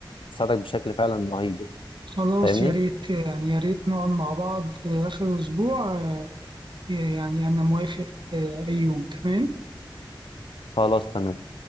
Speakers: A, on the left; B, on the right.
A: تساعدك بشكل فعلا رهيب يعني
B: خلاص
A: فاهمني
B: يا ريت يعني يا ريت نقعد مع بعض آخر أسبوع آه، يعني أنا موافق آه، أي يوم تمام
A: خلاص تمام